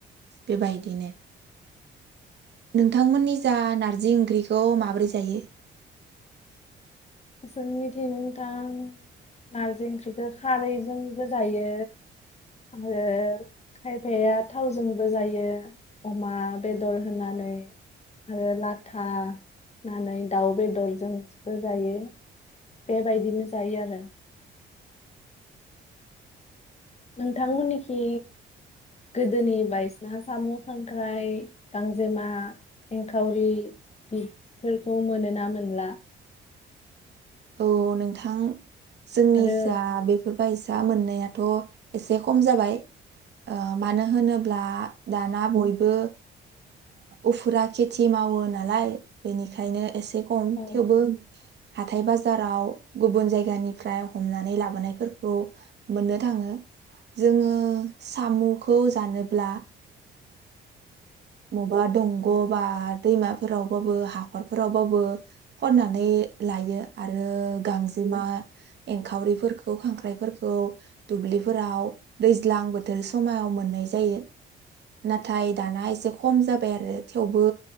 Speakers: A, on the right; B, on the left.
A: बेबायदिनो नोंथांमोननि जा नारजि ओंख्रिखौ माबोरै जायो
B: जों मिथिनो नोंथां नारजि ओंख्रिखौ खारैजोंबो जायो आरो खायफाया थावजोंबो जायो अमा बेदर होनानै आरो लाथा होनानै दाउ बेदरजोंबो जायो बेबायदिनो जायो आरो नोंथांमोननिखि गोदोनि बायसाना साम' खांख्राइ गांजेमा एंखावरि बेफोरखौ मोनोना मोनला
A: औ नोंथां जोंनि
B: आरो
A: जा बेफोरबायसा फिसा मोननायाथ' एसे खम जाबाय मानो होनोब्ला दाना बयबो उफुरा खेथि मावो नालाय बेनिखायनो एसे खम
B: औ
A: थेवबो हाथायबा बाजाराव गुबुन जायगानिनिफ्राय हमनानै लाबोनायफोरखौ मोननो थाङो जोङो साम'खौ जानोब्ला मबबा दंग' बा दैमाफोरावबाबो हाखरफोरावबाबो खननानै लायो आरो गांजेमा एंखावरिफोरखौ खांख्राइफोरखौ दुब्लिफोराव दैज्लां बोथोर समायाव मोननाय जायो नाथाय दाना एसे खम जाबाय आरो थेवबो